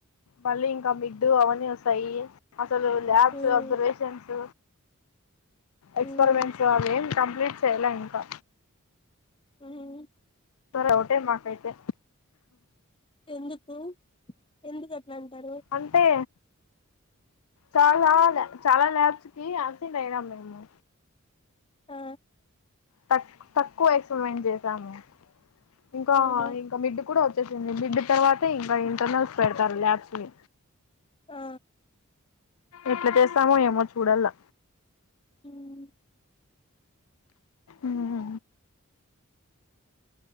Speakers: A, on the left (about 75°); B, on the left (about 25°).
A: మళ్ళీ ఇంకా మిడ్డు అవన్నీ వస్తాయి అసలు labs
B: um
A: observations experiments
B: um
A: అవేం కంప్లీట్ చేయాల ఇంకా
B: ఉ--హు
A: సరే ఒకటే మాకైయితే
B: ఎందుకు ఎందుకు అట్లా అంటారు
A: అంతే చాలా చాలా నేర్స్కి అసిట్ అయినా మేము
B: ఆ
A: తక్ తక్కువ ఎక్స్పరిమెంట్ చేసాము ఇంకా
B: ఆహా
A: ఇంకా మిడ్ కూడా వ మిడ్డు తర్వాత ఇంకా ఇంటర్నల్స్ పెడతారు ల్యాబ్స్ కి
B: ఆ
A: ఎట్లా చేస్తామో ఏమో చూడల్లా
B: ఉహ్
A: ఉహు